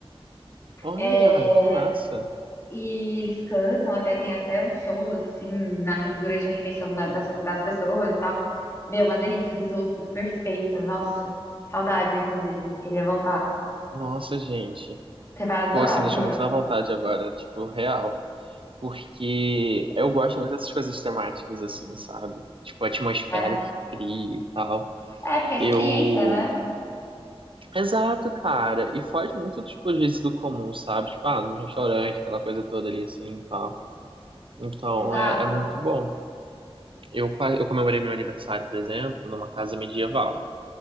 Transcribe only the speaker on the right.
Olha,
que massa.
Nossa, gente.
Pô, você me
deixou muito na vontade agora, tipo, real. Porque eu gosto muito dessas coisas temáticas, assim, sabe? Tipo, a atmosfera
que cria e tal.
Eu.
Exato, cara. E foge muito, tipo, às vezes do comum, sabe? Tipo, ah, num restaurante, aquela coisa toda ali, assim e tal. Então,
é, é muito bom. Eu, pa- eu comemorei meu aniversário, por exemplo, numa casa medieval.